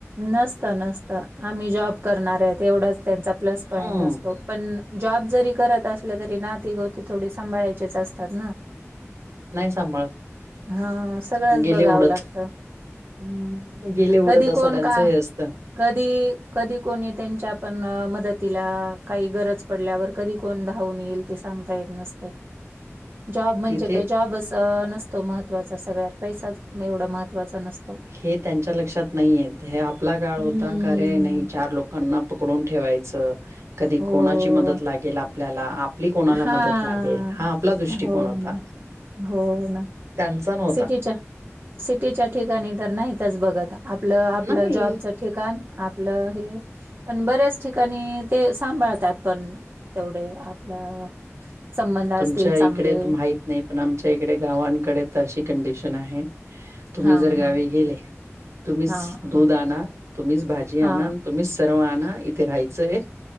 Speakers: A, on the right; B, on the right.
A: नसत नसत, आम्ही जॉब करणाऱ्यायेत एवढाच त्यांचा प्लस पॉईंट
B: हम्म
A: असतो. पण जॉब जरी करत असले तरी नाती गोती थोडी सांभाळायचीच असतात ना.
B: नाही सांभाळत
A: हा सगळंच
B: गेले
A: बघावं
B: उडत
A: लागतं. हूं
B: गेले उडत
A: कधी
B: असं
A: कोण
B: त्यांचं
A: का
B: हे असतं
A: कधी, कधी कोणी त्यांच्या पण मदतीला काही गरज पडल्यावर कधी कोण धावून येईल ते सांगता येत नसतं, जॉब म्हणजे
B: तिथे
A: काय जॉबच त नसतो महत्त्वाचा सगळ्यात, पैसाच म एवढा महत्त्वाचा नसतो.
B: हे त्यांच्या लक्षात नाही येत, हे आपला काळ
A: हम्म.
B: होता का रे नाही चार लोकांना पकडून ठेवायच, कधी
A: हो.
B: कोणाची मदत लागेल आपल्याला आप पली कोणाला
A: हां.
B: मदत लागेल, हा आपला दृष्टिकोन
A: हो
B: होता
A: ना. हो ना.
B: त्यांचा नव
A: सिटीच्या सिटीच्या ठिकाणी तर नाहीतच बघत आपलं आपलं
B: नाही
A: जॉबच ठिकाण आपलं हे पण बऱ्याच ठिकाणी ते सांभाळतात पण तेवढे आपल्या संबंध असतील
B: तुमच्या
A: चांगले.
B: इकडे तर माहित नाही पण आमच्या इकडे गावांकडे तशी कंडिशन आहे तुम्ही
A: हां,
B: जर गावी
A: हां.
B: गेले तुम्हीच
A: हां,
B: दूध
A: हां.
B: आणा तुम्हीच भाजी
A: हां,
B: आणाण तुम्हीच सर्व आणना इथे राहायचंय.